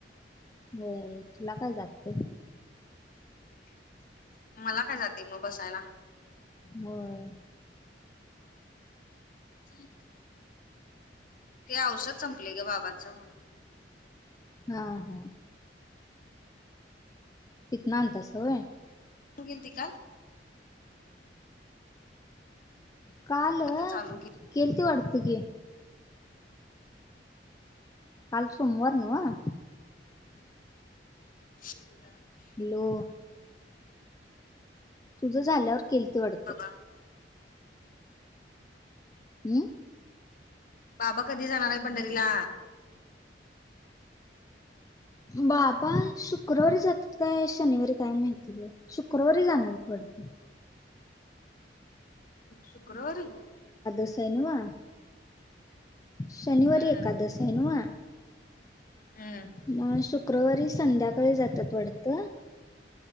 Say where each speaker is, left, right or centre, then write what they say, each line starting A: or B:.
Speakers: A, on the left; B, on the left.
A: होय तुला काय जाते?
B: <inaudible> मला काय जाते मग बसायला.
A: बर.
B: ठीक. ते औषध संपले ग बाबाचं म्हणून
A: हा हा. हिथंन आणतासा होय?
B: तू गेलती का?
A: काल
B: म आता चालू केली
A: केेलती वाटत ती. आज सोमवार ना व
B: <unintelligible>
A: हॅ लो तुझं झाल्यावर केल ते वाटतं.
B: बाबा
A: हम्म
B: बाबा कधी जाणार आहे पंढरी ला?
A: बाबा, शुक्रवारी जातात काय शनिवारी काय माहिती बा शुक्रवारी जाणार वाटत.
B: शुक्रवारी.
A: असायनाव शनिवारी
B: हम्म
A: एकादश आहेनवा.
B: हम्
A: मग शुक्रवारी संध्याकाळी जात जात्यात वाटत